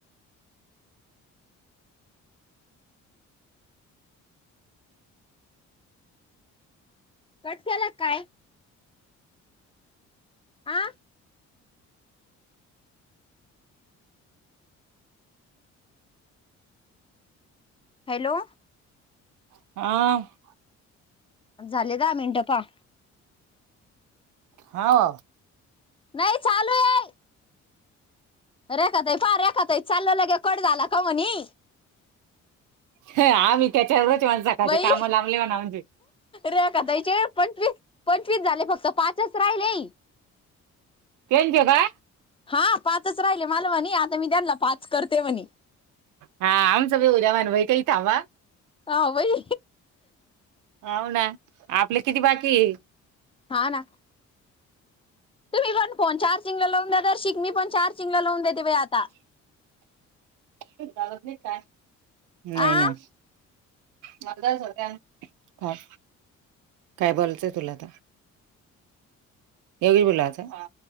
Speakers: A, on the left; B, on the right.
A: कट केला काय? आं? हॅलो!
B: हा
A: झाले दहा मिनटं पाहा.
B: हाव?
A: नाही चालू आहे. रेखाताई पाह रेखाताई चाललय लगेच कट झाला का म्हनी.
B: हे आम्ही त्याच्या रोज माणसा खायच्या
A: बाई
B: काम लांबले म्हणा म्हजे.
A: रेखाताईचे पंचवीस पंचवीस झाले फक्त. पाचच राहिले.
B: तेनचे काय?
A: हा पाचच राहिले मला म्हणे आता मी त्यानला पाच करते म्हणी.
B: हा आमच बी उद्या व्हान व्हयती थांबा.
A: हा भाई
B: हाव ना आपले किती बाकीय?
A: हा ना. तुम्ही पण फोन चारचिंग लावून दे तर शिक मी पण चारचिंगला लावून देते बा आता.
B: हे काढत नाही क काय? नाही
A: आ
B: ना. म अता काय सध्या? काय? काय बोलचंय तुला आता. हे बी बोलाचं. हा.